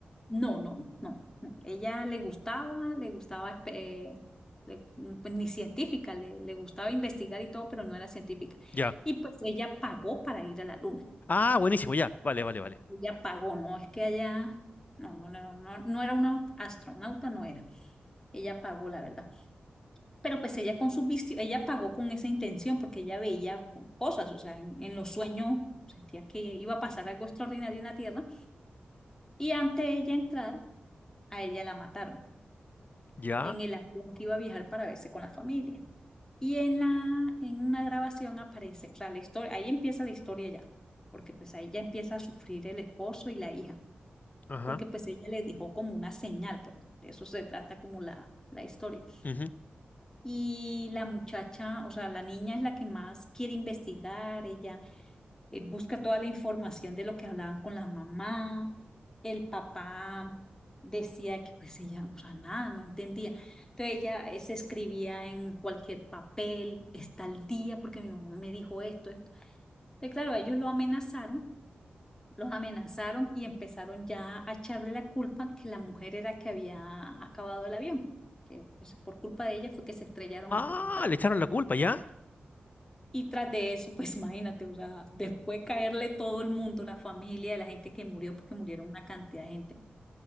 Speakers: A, on the left; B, on the left.
A: no, no, no, no. Ella le gustaba, le gustaba, eh, le- pues ni científica, le, le gustaba investigar y todo, pero no era científica.
B: Ya.
A: Y pues ella pagó para ir a la luna,
B: Ah, buenísimo, ya. Vale, vale, vale.
A: ella pagó, no es que ella, no, no, no, no, no era una astronauta, no era, ella pagó, la verdad. Pero pues ella con sus visti- ella pagó con esa intención porque ella veía cosas, o sea, en, en los sueños sentía que iba a pasar algo extraordinario en la Tierra y antes de ella entrar, a ella la mataron
B: Ya.
A: en el avión que iba a viajar para verse con la familia. Y en la, en una grabación aparece, o sea, la historia, ahí empieza la historia ya, porque pues ahí ya empieza a sufrir el esposo y la hija,
B: Ajá.
A: porque pues ella le dejó como una señal, por de eso se trata como la, la historia
B: ujú.
A: Y la muchacha, o sea, la niña es la que más quiere investigar, ella eh, busca toda la información de lo que hablaban con la mamá, el papá decía que pues ella, o sea, nada, no entendía. Entonces ella eh, se escribía en cualquier papel, está al día porque mi mamá me dijo esto, esto. Entonces, claro, ellos lo amenazaron, los amenazaron y empezaron ya a echarle la culpa que la mujer era que había acabado el avión, que pues, por culpa de ella fue que se estrellaron
B: Ah,
A: en pocas palabras.
B: le echaron la culpa, ¿ya?
A: Y tras de eso, pues <laughs> imagínate, o sea, después caerle todo el mundo, la familia, la gente que murió, porque murieron una cantidad de gente.